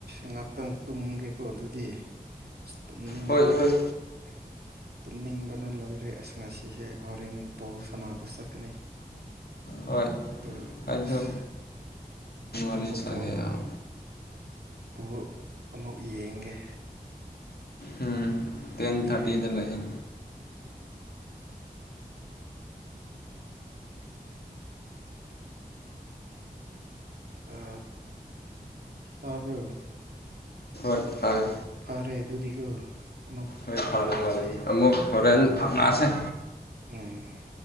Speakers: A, on the right; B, on the left.
A: ꯉꯍꯥꯛꯇꯪ ꯇꯨꯝꯒꯦꯀꯣ ꯑꯗꯨꯗꯤ ꯑꯁ ꯇꯨꯝꯅꯤꯡ
B: ꯍꯣꯏ ꯍꯣꯏ
A: <inaudible> ꯇꯨꯝꯅꯤꯡꯕꯅ ꯂꯣꯏꯔꯦ ꯑꯁ ꯉꯁꯤꯁꯦ ꯍꯣꯔꯦꯟ ꯕꯣꯜ ꯁꯥꯅꯕ ꯆꯠꯀꯅꯤ
B: ꯍꯣꯏ
A: ꯑꯗꯨ
B: ꯑꯩꯖ
A: ꯑꯁ ꯑꯗꯨꯒ
B: ꯐꯔꯦꯁꯒꯦ
A: ꯕꯣꯜ
B: ꯌꯥꯝ
A: ꯕꯣꯜ ꯑꯃꯨꯛ ꯌꯦꯡꯒꯦ
B: ꯎꯝ
A: ꯑꯗꯨꯒꯅꯦ
B: ꯇꯦꯟ ꯊꯥꯔꯇꯤꯗ ꯂꯩꯑꯦ
A: ꯑ ꯇꯥꯕ꯭ꯔ
B: ꯍ
A: ꯑꯔꯦ ꯑꯗꯨꯗꯤꯀ ꯑꯃꯨꯛ
B: ꯍꯣꯏ ꯐꯔꯦ
A: ꯐꯥꯎꯅꯥꯁ
B: ꯐꯔꯦ ꯑꯃꯨꯛ ꯍꯣꯔꯦꯟ ꯐꯪꯅꯥꯁꯦ
A: ꯎꯝ